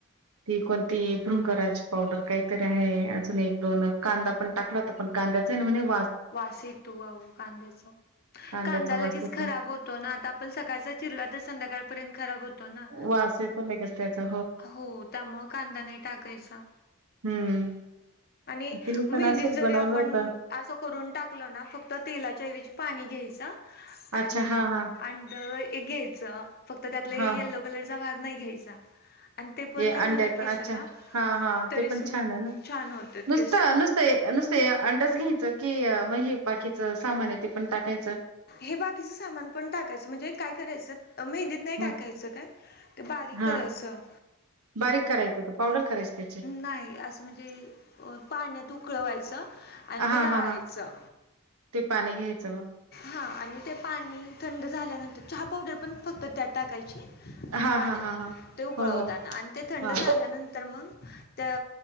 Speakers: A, on the right (about 85°); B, on the left (about 45°).
A: ती कोणती भृंगराची पावडर काहीतरी आहे अजून एक दोन कांदा पण टाकला तर पण कांदा <unintelligible>
B: वास येतोह कांद्याचा
A: कांद्याचा
B: कांदा लगेच
A: वास येतो
B: खराब होत. आता आपण सकाळचा चिरला तर संध्याकाळपर्यंत खब होत ना
A: वास येतो लगेच त्याचा
B: हो त्यामुळे कांदा नाही टाकायचा.
A: हम्म.
B: आणि
A: तिने
B: मेंद
A: पण असंच
B: जरी
A: बनवलं
B: आपण
A: होतं
B: अस करून टाकल ना फक्त तेलाच्याऐवजी पाणी घ्यायच आणि
A: अच्छा हा हा
B: अंध एक घ्यायच फक्त त्यातले
A: हा
B: यलो कलरचा भाग नाही घ्यायचा. आणि ते पण
A: ये
B: लावलं
A: अंड्याचा
B: ना केसाला
A: अच्छा हा हा
B: तरी
A: ते पण छान आहे ना
B: छान होतात
A: नुसतं
B: केस
A: नुसतं नुसते अंडच घ्यायचं की मग बाकीच सामान आहे ते पण टाकायचं.
B: हे बाकीचं सामान पण टाकायचं म्हणजे काय करायचं. मेहंदीत नाही
A: हा
B: टाकायचं काय ते बारीक
A: हा
B: करायचं
A: बारीक करायचं ते पावडर करायच त्याचे
B: नाही असं म्हणजे पाण्यात उकळवायचं आणि
A: हा
B: ते गाळायचं
A: हा हा ते पाणी. घ्यायचं मग
B: हा आणि ते पाणी थंड झाल्यानंतर चहा पावडर पण फक्त त्यात टाकायची
A: हा
B: पाण्यात
A: हा हा हा.
B: ते उकळवताना
A: हो हो
B: आणि ते थंड
A: हा
B: झाल्यानंतर मग त्या